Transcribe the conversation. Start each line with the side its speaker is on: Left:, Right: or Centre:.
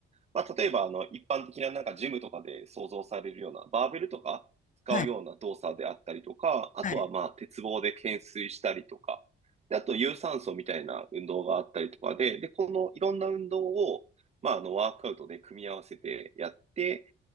Right: まあ、例えば、あの、一般的ななんかジムとかで想像されるような、バーベルとか使うような動作であったりとか、
Left: はい。
Right: あとはまあ、
Left: はい。
Right: 鉄棒で懸垂したりとか、で、あと有酸素みたいな運動があったりとかで、で、このいろんな運動を、まあ、あの、ワークアウトで組み合わせてやって、